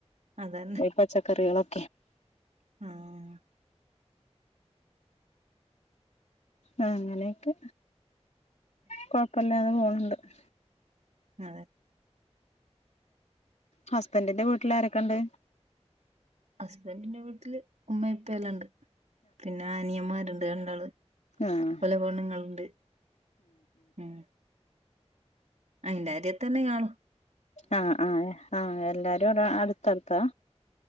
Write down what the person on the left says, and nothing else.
ഈ പച്ചക്കറികൾ <inaudible>
ആഹ് അങ്ങനെയൊക്കെ കൊഴപ്പല്ലാതെ പോണുണ്ട് <inaudible>
ഹസ്ബന്റിന്റെ വീട്ടില് ആരൊക്കെ ഒണ്ട്
ആഹ്
ആഹ് ആഹ് ആഹ് എല്ലാരും അട്ത്തട്ത്താ